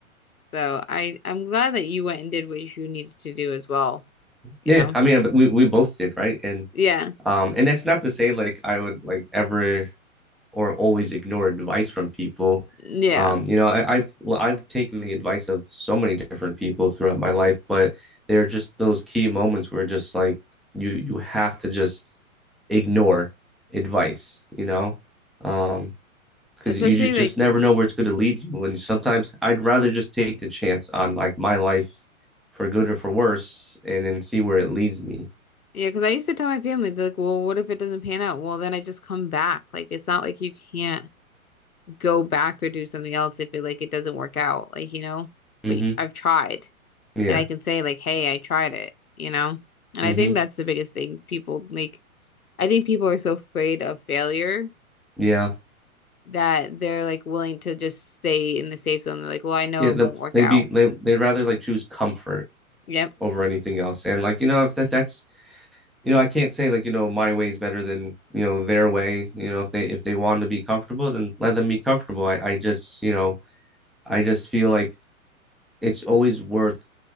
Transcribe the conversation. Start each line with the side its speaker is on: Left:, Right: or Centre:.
Left: So I I'm glad that you went and did what you needed to do as well, you
Centre: yeah.
Left: know?
Centre: I mean, we we both did, right? And
Left: Yeah.
Centre: um, and that's not to say like I would like ever or always ignore advice from people.
Left: Yeah.
Centre: Um, you know, I, I've well, I've taken the advice of so many different people throughout my life, but there are just those key moments where just like you you have to just ignore advice, you know, um, because
Left: Especially
Centre: you just
Left: like
Centre: just never know where it's going to lead you. And sometimes I'd rather just take the chance on like my life for good or for worse, and then see where it leads me.
Left: yeah, because I used to tell my family they're like, well, what if it doesn't pan out? Well, then I just come back. Like it's not like you can't go back or do something else if it like it doesn't work out, like you know.
Centre: Mm-hmm.
Left: But I've tried.
Centre: Yeah.
Left: and I can say like, hey, I tried it, you know? And
Centre: Mm-hmm.
Left: I think that's the biggest thing. People like I think people are so afraid of failure
Centre: Yeah.
Left: that they're like willing to just stay in the safe zone. They're like, well, I know
Centre: Yeah.
Left: it
Centre: The,
Left: won't work
Centre: they'd
Left: out.
Centre: be they they'd rather like choose comfort
Left: Yep,
Centre: over anything else. And like, you know, if that that's you know, I can't say like, you know, my way is better than, you know, their way. You know, if they if they want to be comfortable, then let them be comfortable. I, I just, you know, I just feel like it's always worth